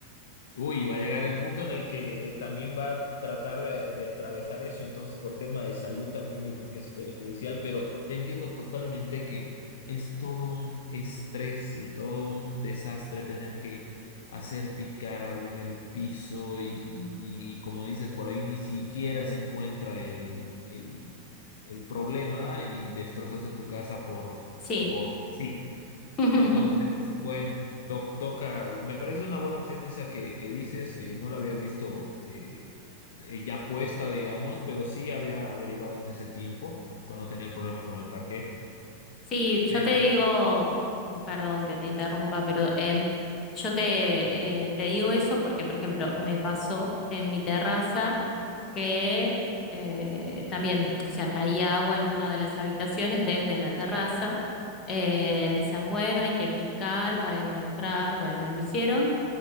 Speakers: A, on the left (about 60°); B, on the left (about 30°).
A: Uy, va a llegar el punto en el que también va a tratar de, de atravesar eso, entonces por tema de salud también yo creo que es perjudicial, pero te entiendo totalmente que es todo un estrés y todo un desastre tener que hacer picar, abrir el piso y, y- y como dices, por ahí ni siquiera se encuentra el, el, el problema y destrozaste tu casa por,
B: sí.
A: por sí.
B: <laughs>
A: Entonces, bueno, to- toca, me parece una buena opción esa que, que dices, eh, no la había visto eh, eh, ya puesta, digamos, pero sí había averiguado en ese tiempo, cuando tenía el problema con el parque,
B: Sí,
A: pero
B: yo te
A: bueno.
B: digo, perdón que te interrumpa, pero em, yo te, eh, te digo eso porque, por ejemplo, me pasó en mi terraza que eh, también, o sea, caía agua en una de las habitaciones desde la terraza. Eh, me decían, bueno, hay que picar para encontrar, bueno, lo hicieron